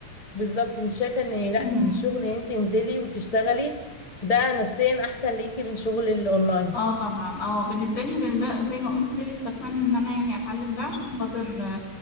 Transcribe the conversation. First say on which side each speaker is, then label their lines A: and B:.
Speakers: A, on the left; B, on the left.
A: بالظبط انت شايفه ان لا
B: مم.
A: ان الشغل ان انت تنزلي وتشتغلي ده نفسيا احسن ليكي من شغل الاونلاين
B: اه طبعا اه بالنسبه لي بن- بقى زي ما قلت لك بتمنى ان انا يعني اتعلم ده عشان خاطر